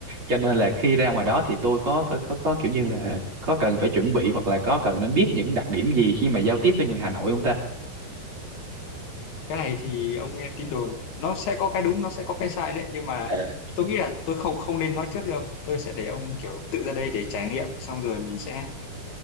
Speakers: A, on the right; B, on the left.
A: cho nên là khi ra ngoài đó thì tôi có có có, có kiểu như là có cần phải chuẩn bị hoặc là có cần nên biết những đặc điểm gì khi mà giao tiếp với người Hà Nội không ta
B: cái này thì ông nghe tin đồn nó sẽ có cái đúng nó sẽ có cái sai đấy nhưng mà
A: Ờ.
B: tôi nghĩ là tôi không không nên nói trước đâu tôi sẽ để ông kiểu tự ra đây để trải nghiệm xong rồi mình sẽ